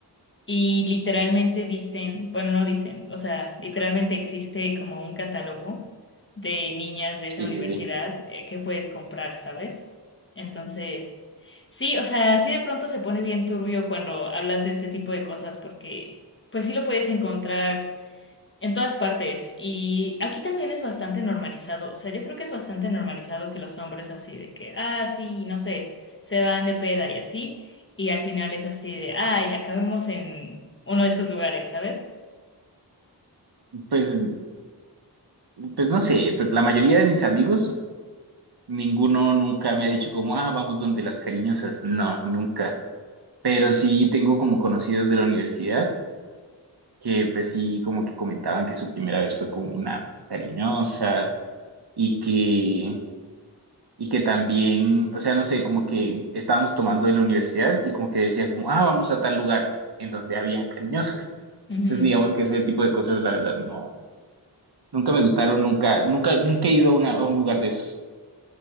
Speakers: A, on the left; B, on the right.
A: Y literalmente dicen, bueno, no dicen, o sea, literalmente existe como un catálogo de niñas de esa
B: Eh,
A: universidad eh, que puedes comprar, ¿sabes? Entonces, sí, o sea, sí de pronto se pone bien turbio cuando hablas de este tipo de cosas porque... Pues sí lo puedes encontrar en todas partes. Y aquí también es bastante normalizado. O sea, yo creo que es bastante normalizado que los hombres así de que, ah, sí, no sé, se van de peda y así. Y al final es así de, ay, acabemos en uno de estos lugares, ¿sabes?
B: pues Pues no sé, pues la mayoría de mis amigos, ninguno nunca me ha dicho como, ah, vamos donde las cariñosas. No, nunca. Pero sí tengo como conocidos de la universidad que pues sí como que comentaban que su primera vez fue con una cariñosa y que, y que también, o sea, no sé, como que estábamos tomando en la universidad y como que decían como, ah, vamos a tal lugar en donde había cariñosas.
A: Ujú.
B: Entonces digamos que ese tipo de cosas la verdad no, nunca me gustaron, nunca, nunca, nunca he ido a, una- a un lugar de esos.